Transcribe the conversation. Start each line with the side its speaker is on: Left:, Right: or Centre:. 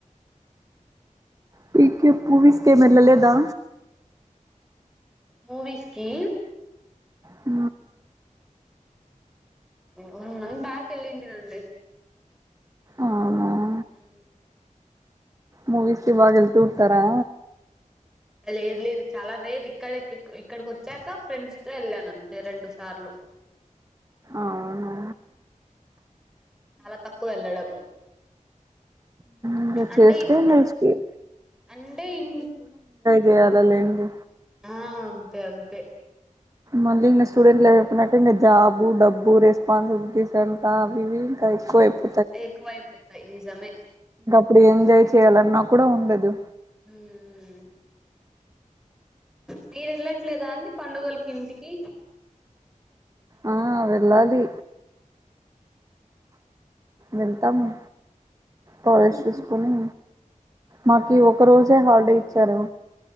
Right: పీకి పూవిస్కి ఏమ్ ఎల్లలేదా?
Centre: మూవీస్కి.
Right: ఆ
Centre: మ్ మ్ బ్యాక్ ఎళ్లింటి అండి
Right: ఆ ఆ
Centre: మ్
Right: మూవీస్కి బాగా వెళ్తూ ఉంటారా?
Centre: లేదు లేదు చాలా రేర్ ఇక్కడ ఇక్కడికి వచ్చాక ఫ్రెండ్స్తో వెళ్ళాను అంతే రెండు సార్లు
Right: అవునా
Centre: చాలా తక్కువ వెళ్ళడము
Right: ఇంకా
Centre: అంటే
Right: చేస్తే
Centre: ఇంట్ల
Right: ఇంకా
Centre: అంటే ఇం
Right: దయాల్ల లేండి
Centre: ఆ అంతే అంతే
Right: మళ్ళీ ఇంకా స్టూడెంట్లుపోయినాక ఇంకా జాబు డబ్బు రెస్పాన్సిబిలిటీస్ అంట అవి ఇవి ఇంకా ఎక్కువయిపోయ
Centre: ఎక్కువ ఐపోతాయి నిజమే!
Right: ఇప్పుడు ఎంజాయ్ చేయాలన్నా కూడా ఉండదు
Centre: మ్ మ్ మీరు వెళ్లట్లేదా అండి పండుగలకి ఇంటికి
Right: ఆ వెళ్ళాలి వెళ్తాము. కాలేజ్ చూసుకుని మాకు ఒక్క రోజే హాలిడే ఇచ్చారు.